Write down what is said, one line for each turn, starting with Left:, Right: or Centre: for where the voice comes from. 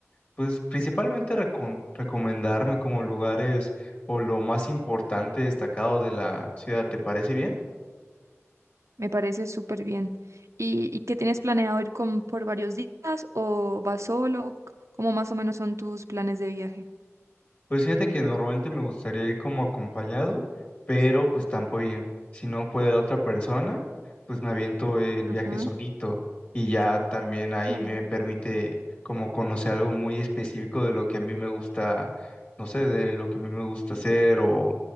Left: pues principalmente recom- recomendarme como lugares o lo más importante destacado de la ciudad. ¿Te parece bien?
Right: me parece súper bien. ¿Y, y qué tienes planeado ir con, por varios días o vas solo? C- ¿Cómo más o menos son tus planes de viaje?
Left: Pues fíjate que normalmente me gustaría ir como acompañado, pero pues tampoco bien. Si no puede la otra persona, pues me aviento el
Right: Ajá,
Left: viaje solito y ya también ahí
Right: claro,
Left: me permite como conocer algo muy específico de lo que a mí me gusta, no sé, de lo que a mí me gusta hacer o